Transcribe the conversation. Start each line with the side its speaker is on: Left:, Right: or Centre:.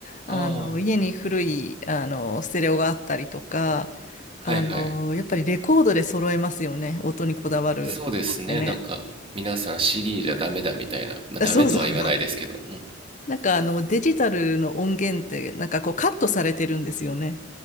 Left: あの、
Right: ああ、
Left: 家に古い、あの、ステレオがあったりとか、
Right: はいはい。
Left: あの、やっぱりレコードで揃えますよね。音にこだわる人ってね。
Right: そうですね。なんか、皆さん CD じゃダメだみたいな。まあ、
Left: あそうそうそう。
Right: ダメとは言わないですけど、うん。
Left: なんかあのデジタルの音源ってなんかこうカットされてるんですよね。